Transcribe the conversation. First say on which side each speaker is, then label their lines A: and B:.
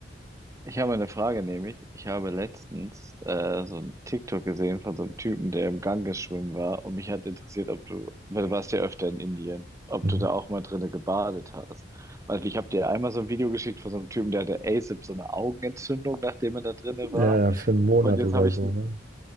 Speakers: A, on the right; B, on the right.
A: Ich habe eine Frage, nämlich, ich habe letztens äh, so ein TikTok gesehen von so einem Typen, der im Ganges schwimmen war und mich hat interessiert, ob du, weil du warst ja öfter in Indien, ob
B: Mhm.
A: du da auch mal drinne gebadet hast. Weil ich habe dir einmal so ein Video geschickt von so einem Typen, der hatte ASAP so eine Augenentzündung, nachdem er da drinne war.
B: Ja, ja, für einen Monat
A: Und jetzt
B: oder
A: habe ich
B: so,
A: n-
B: ne?